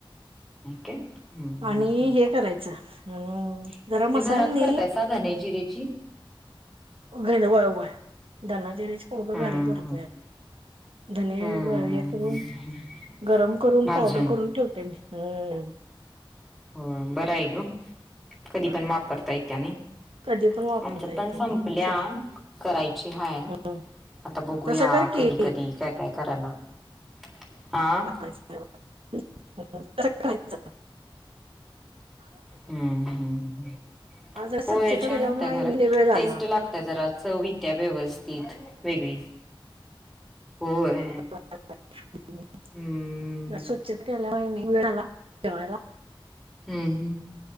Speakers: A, in the centre; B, on the right.
A: के हम्म
B: आणि
A: हम् ह
B: हे करायचं हम्म
A: तुमी
B: जरा मसाल्याने
A: घरात करतयासा धन्या, जिऱ्याची, -
B: घेन वाय वय धनाजिरीची पूर्ण
A: हम्म
B: घरी करतोय
A: हम्म
B: धने
A: हम्म
B: हे करून
A: हम्म
B: गरम करून
A: भाजून
B: पावडर करून ठेवते मी. हम्म
A: हो बरं आहे ग, कधी
B: बरोबर
A: पण वापरताय येते नाही.
B: कधी पण वापरता
A: आमच्यात
B: येते
A: पण संपल्या
B: सगळं
A: करायची हाय.
B: हम्म
A: आता बघूया
B: तसं कर
A: कधी
B: की
A: कधी काय काय करायला लागतंय.
B: य <unintelligible> <inaudible>
A: हम्म्
B: आज स्वच्छता
A: होय छान
B: केल्यामुळे
A: होत्या खर
B: मी लय वेळ झाला.
A: टेस्ट लाग त्या जरा चव येत्या व्यवस्थित वेगळी होय.
B: <inaudible>
A: हम्म
B: स्वच्छित केल्या वहिनीला ठेवायला.
A: हम् हम्म.